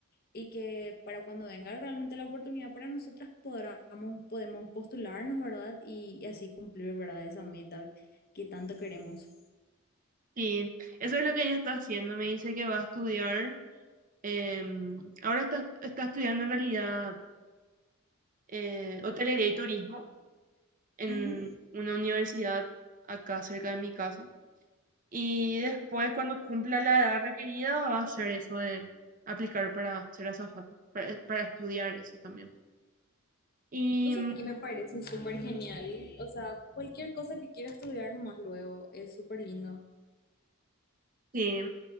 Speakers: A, on the left; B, on the right.
A: y que para cuando venga realmente la oportunidad para nosotras podamos, podemos postularnos, ¿verdad? Y, y así cumplir, ¿verdad? Esa meta que tanto queremos.
B: sí. eso es lo que ella está haciendo. Me dice que va a estudiar. em, ahora está, está estudiando en realidad eh, hotelería y turismo en
A: Ujú.
B: una universidad acá cerca de mi casa. Y después, cuando cumpla la edad requerida, va a hacer eso de aplicar para ser azafata, para, para estudiar eso también. Y
A: O sea,
B: mm,
A: aquí me parece súper genial. O sea, cualquier cosa que quiera estudiar nomás luego es súper lindo.
B: sí,